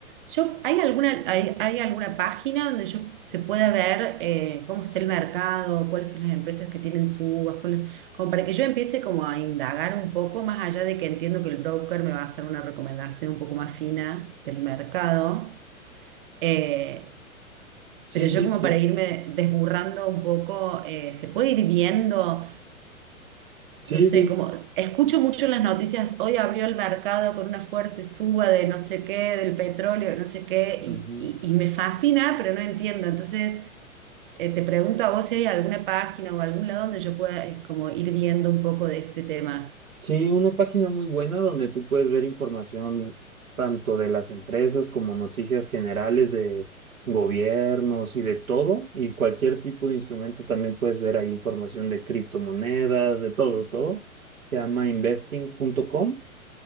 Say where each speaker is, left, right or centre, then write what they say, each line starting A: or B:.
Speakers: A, on the right (about 40°); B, on the right (about 70°).
A: yo, ¿hay alguna, hay, hay alguna página donde yo se pueda ver eh, cómo está el mercado, cuáles son las empresas que tienen subas, como para que yo empiece como a indagar un poco, más allá de que entiendo que el broker me va a hacer una recomendación un poco más fina del mercado, eh,
B: Sí,
A: pero yo
B: sí,
A: como
B: sí.
A: para irme desburrando un poco, eh, se puede ir viendo,
B: Sí,
A: no sé,
B: sí.
A: como escucho mucho en las noticias, hoy abrió el mercado con una fuerte suba de no sé qué, del petróleo, no sé qué,
B: Ujú.
A: y, y- y me fascina, pero no entiendo. Entonces, eh, te pregunto a vos si hay alguna página o algún lado donde yo pueda, eh, como ir viendo un poco de este tema.
B: Sí, una página muy buena donde tú puedes ver información tanto de las empresas como noticias generales de gobiernos y de todo, y cualquier tipo de instrumento también puedes ver ahí información de criptomonedas, de todo, todo. Se llama investing.com